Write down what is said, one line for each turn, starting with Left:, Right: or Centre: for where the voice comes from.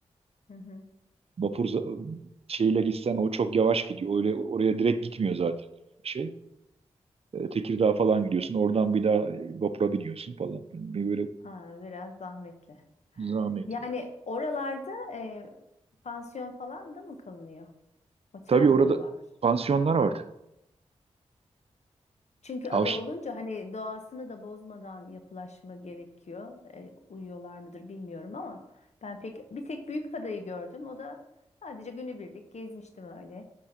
Left: Hı hı.
Right: Vapur za- şeyle gitsen o çok yavaş gidiyor. Öyle oraya direkt gitmiyor zaten şey. E, Tekirdağ falan gidiyorsun. Oradan bir daha e, vapura biniyorsun falan. Bir böyle
Left: Aa, biraz zahmetli.
Right: zahmetli
Left: Yani
Right: ya.
Left: oralarda e, pansiyon falan da mı kalınıyor? Otel
Right: Tabii
Left: mi
Right: orada
Left: var?
Right: pansiyonlar var tabii.
Left: Çünkü ada
Right: Avş-
Left: olunca hani doğasını da bozmadan yapılaşma gerekiyor. E, uyuyorlar mıdır bilmiyorum ama ben pek bir tek büyük adayı gördüm. O da sadece günübirlik gezmiştim öyle.